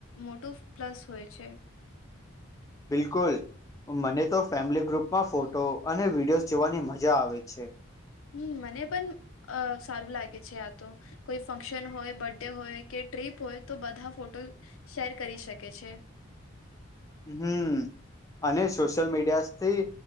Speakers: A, on the left; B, on the left.
A: મોટું પ્લસ હોય છે.
B: બિલકુલ મને તો ફેમિલી ગ્રુપમાં ફોટો અને વિડીયોઝ જોવાની મજા આવે છે.
A: હમ મને પણ અ સારું લાગે છે આ તો. કોઈ ફંક્શન હોય બર્થ ડે હોય કે ટ્રીપ હોય તો બધા ફોટો શેર કરી શકે છે.
B: હમ અને સોશિયલ મીડિયા થી